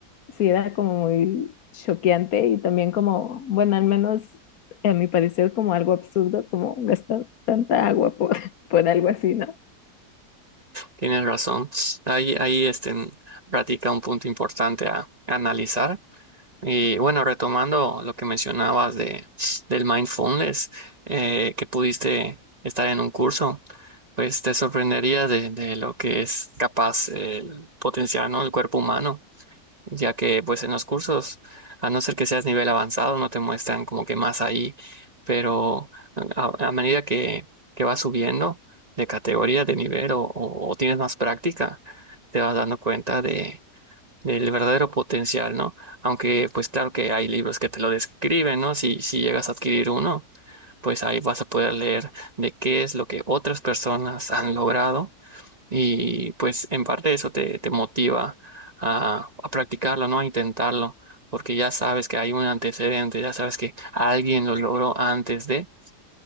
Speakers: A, on the left; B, on the right.
A: sí era como muy choqueante y también como, bueno, al menos a mi parecer como algo absurdo, como gastar tanta agua por, <laughs> por algo así, ¿no?
B: tienes razón. Ahí, ahí este, radica un punto importante a, a analizar. Y bueno, retomando lo que mencionabas de, del mindfulness, eh, que pudiste estar en un curso, pues te sorprendería de, de lo que es capaz el potenciar, ¿no? el cuerpo humano. ya que pues en los cursos, a no ser que seas nivel avanzado, no te muestran como que más ahí, pero a, a medida que, que vas subiendo de categoría, de nivel o, o- o tienes más práctica, te vas dando cuenta de, del verdadero potencial, ¿no? Aunque pues claro que hay libros que te lo describen, ¿no? Si, si llegas a adquirir uno, pues ahí vas a poder leer de qué es lo que otras personas han logrado y pues en parte eso te, te motiva a, a practicarlo, ¿no? A intentarlo, porque ya sabes que hay un antecedente, ya sabes que alguien lo logró antes de...